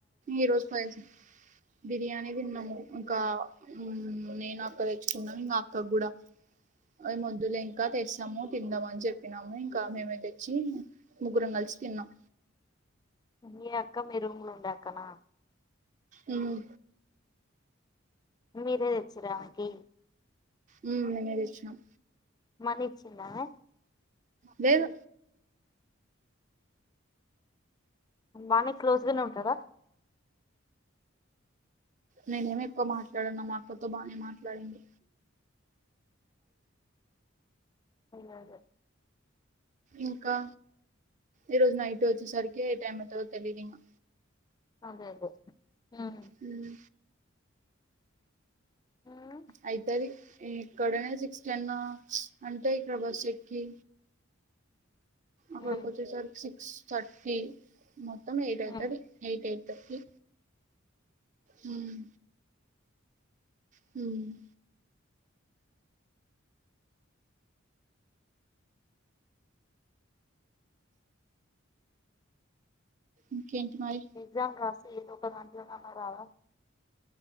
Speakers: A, on the right; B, on the left.
A: ఈ రోజు <unintelligible> బిర్యానీ తిన్నము ఇంకా ఉమ్ నేను అక్క తెచ్చుకున్నాం ఇంకా అక్కగూడా ఏమోద్దులే ఇంకా తెస్తము తిందము అని చెప్పినము. ఇంకా మేమే తెచ్చి ముగ్గురం కల్ సి తిన్నాం
B: మీ అక్క మీ రూంలో ఉండే అక్కనా
A: ఉమ్
B: మీరే తెచ్చిరా ఆమెకి
A: ఉ మేమే తెచ్చినం
B: మరిచ్చిందామె
A: లేద్
B: బానే క్లోజ్గానే ఉంటరా
A: నేనేమి ఎక్కువ మాట్లాడన మా అక్కతో బానే మాట్లాడింది
B: అదె అదే
A: ఇంకా ఈ రోజు నైట్ వచ్చే సరికి ఏ టైమ్ అయితదో తెలిదింగా
B: అదే అదే ఉమ్.
A: హ్మ్
B: ఉమ్,
A: అయితది ఏక్కడనే సిక్స్ టెన్ అంటే ఇక్కడ బస్ ఎక్కి అక్కడికి
B: ఉమ్,
A: వచ్చేసరికి సిక్స్ థర్టీ మొత్తం ఎయిట్ అయితది
B: ఉమ్.
A: ఎయిట్ ఎయిట్ థర్టీ హుమ్ హుమ్ ఇంకేంటి మరి
B: ఎగ్జామ్ రాసి ఏదో ఒక దాంట్లోనన్న రాదా